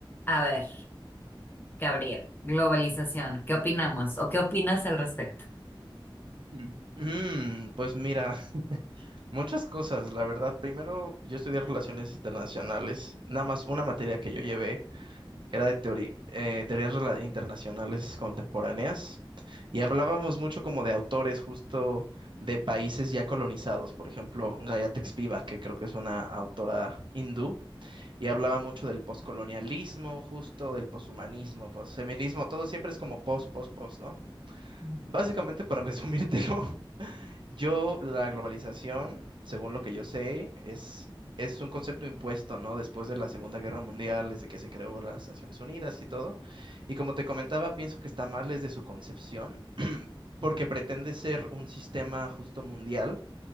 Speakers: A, on the left; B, on the right.
A: A ver, Gabriel, globalización, ¿qué opinamos o qué opinas al respecto?
B: Mm. Mm, pues mira, <laughs> muchas cosas, la verdad. Primero, yo estudié relaciones internacionales. Nada más una materia que yo llevé era de teoría, teorías rela- internacionales contemporáneas. Y hablábamos mucho como de autores justo de países ya colonizados, por ejemplo, Gayatri Spivak, que creo que es una autora hindú, y hablaba mucho del poscolonialismo, justo del poshumanismo, posfeminismo, todo siempre es como post, post, post, ¿no?
A: Ujú.
B: Básicamente, para resumírtelo, <laughs> Yo, la globalización, según lo que yo sé, es, es un concepto impuesto, ¿no? Después de la Segunda Guerra Mundial, desde que se creó las Naciones Unidas y todo. Y como te comentaba, pienso que está mal desde su concepción, <clears throat> porque pretende ser un sistema justo mundial,